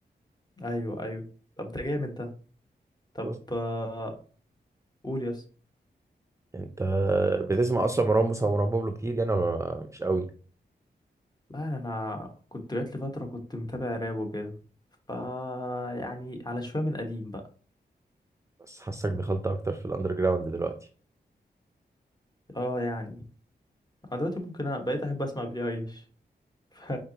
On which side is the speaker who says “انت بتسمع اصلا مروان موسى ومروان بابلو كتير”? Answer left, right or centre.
Right